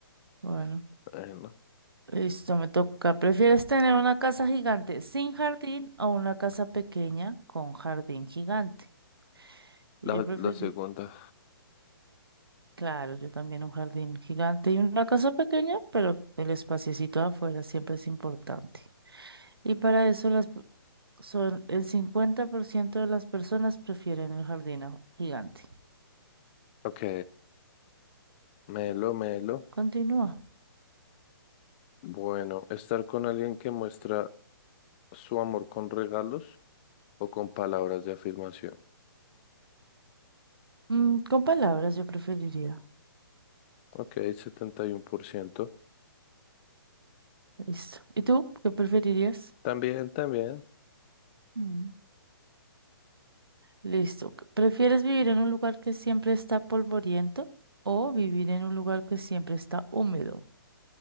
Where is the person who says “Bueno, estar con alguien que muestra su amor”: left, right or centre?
Left